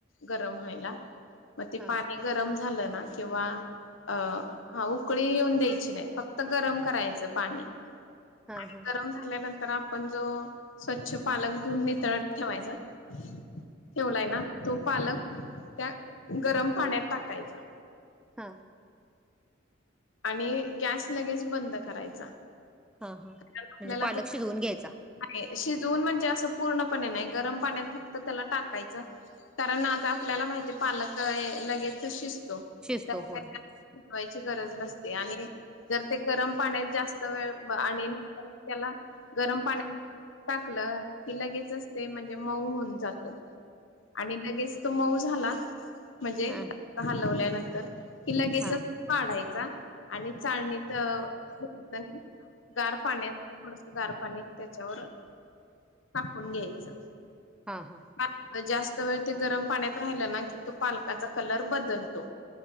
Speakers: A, on the left; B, in the centre.
A: गरम व्हायला. मग ते
B: हा
A: पाणी गरम झालं ना. किंवा अं ह उकळी येऊन द्यायची नाही. फक्त गरम करायचं पाणी.
B: हा,
A: आणि
B: हा.
A: गरम झाल्यानंतर आपण जो, स्वच्छ पालक धुवून नितळत ठेवायचा. ठेवलाय ना. तो पालक, त्या गरम पाण्यात टाकायचा.
B: हा.
A: आणि, गॅस लगेच बंद करायचा.
B: हा, हा.
A: कारण आपल्याला
B: म्हणजे पालक
A: त्या
B: शिजवून घ्यायचा.
A: नाही. शिजवून म्हणजे असं पूर्णपणे नाही. गरम पाण्यात फक्त त्याला टाकायचं. कारण आता आपल्याला माहितीय. पालक ये लगेच शिजतो.
B: शिजतो
A: त्याला
B: होय
A: काय जास्त
B: होय
A: शिजवायची गरज नसतीय. आणि जर ते गरम पाण्यात जास्त वेळ मगं आणि न त्याला नंतर त्याला गरम पाणी टाकलं की लगेचचते म्हणजे मऊ होऊन जातो आणि लगेच तो मऊ झाला म्हणजे
B: हा
A: हलवल्यानंतर कि लगेचच
B: हा
A: पाडायचा आणि चाळणीत <unintelligible> गार पाण्यात, थोडस गार पाणी त्याच्यावर टाकून घ्यायचं
B: हा
A: हां जास्त वेळ ते गरम पाण्यात राहिलं ना की तो पालकाचा कलर बदलतो